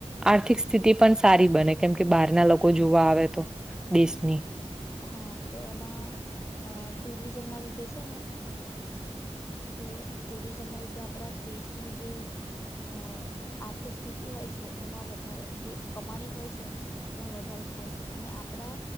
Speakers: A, in the centre; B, on the left (about 25°).
A: આર્થિક સ્થિતિ પણ સારી બને કેમ કે બહારના લોકો જોવા આવે તો. દેશની.
B: હા તો એમાં ટુરિઝમ ના લીધે છે ને. કે ટુરિઝમ ના લીધે આપણા દેશનું જે. અ આર્થિક સ્થિતિ હોય છે એમાં વધારો જે કમાણી હોય છે એમાં વધારો. થાય છે અને આપડા